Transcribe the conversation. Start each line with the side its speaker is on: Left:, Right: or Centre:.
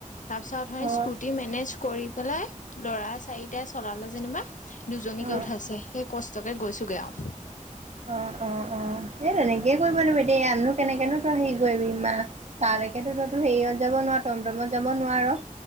Left: তাৰ পিছত হয়
Right: অ অ
Left: স্কুটি মেনেজ কৰি পেলাই লৰা চাৰিটাই চলালে যেনিবা দুজনীকে
Right: অ
Left: উঠাইছে সেই কষ্টকে গৈছোগে আও
Right: অ অ অ এ তেনেকে কৰিব লাগিব এতিয়া এয়াতনো কেনেকেনো তই হেৰি কৰিবি মা তালৈকেতো তই তোৰ হেৰিয়ত যাব টমটমত যাব নোৱাৰো